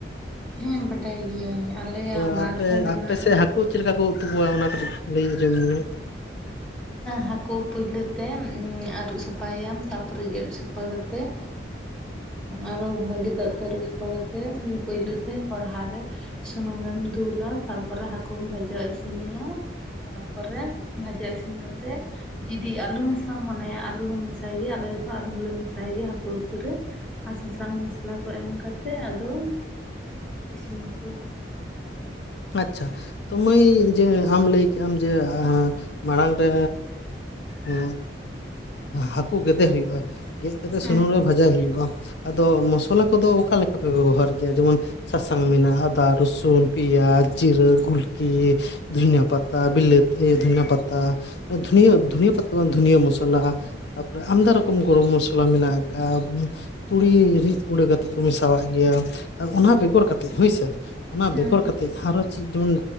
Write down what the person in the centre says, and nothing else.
ᱦᱮᱸ ᱵᱟᱰᱟᱭ ᱜᱤᱭᱟᱹᱧ ᱟᱞᱮᱭᱟᱜ
ᱵᱟᱸᱫ
ᱦᱚᱸ ᱢᱮᱱᱟᱜᱼᱟ᱾
ᱦᱟᱹᱠᱩ ᱯᱳᱭᱞᱳ ᱛᱮ ᱟᱹᱨᱩᱵ ᱥᱟᱯᱷᱟᱭᱟᱢ ᱛᱟᱨᱯᱚᱨᱮ ᱜᱮᱫ ᱥᱟᱯᱷᱟ ᱠᱟᱛᱮᱫ ᱟᱨᱚ ᱵᱷᱟᱹᱜᱤ ᱫᱟᱜ ᱛᱮ ᱟᱹᱨᱩᱵ ᱥᱟᱯᱷᱟ ᱠᱟᱛᱮᱫ ᱯᱳᱭᱞᱟᱹ ᱛᱮ ᱠᱚᱲᱦᱟ ᱨᱮ ᱥᱩᱱᱩᱢᱮᱢ ᱫᱩᱞᱟ ᱛᱟᱨᱯᱚᱨᱮ ᱦᱟᱹᱠᱩᱢ ᱵᱷᱟᱡᱟ ᱤᱥᱤᱱᱮᱭᱟ᱾ ᱛᱟᱯᱚᱨᱮ ᱵᱷᱟᱡᱟ ᱤᱥᱤᱱ ᱠᱟᱛᱮ ᱟᱹᱞᱩ ᱢᱮᱥᱟᱢ ᱢᱚᱱᱮᱭᱟ ᱟᱞᱩ ᱦᱚᱸᱢ ᱢᱮᱥᱟᱭ ᱜᱮᱭᱟ ᱟᱞᱮ ᱫᱚ ᱟᱞᱩ ᱦᱚᱸᱞᱮ ᱢᱮᱥᱟᱭ ᱜᱮᱭᱟ ᱦᱟᱹᱠᱩ ᱩᱛᱩ ᱨᱮ᱾ ᱟᱨ ᱥᱟᱥᱟᱝ ᱢᱚᱥᱞᱟ ᱠᱚ ᱮᱢ ᱠᱟᱛᱮᱫ ᱟᱫᱚ ᱤᱥᱤᱱ ᱠᱚ᱾
ᱦᱮᱸ
ᱦᱮᱸ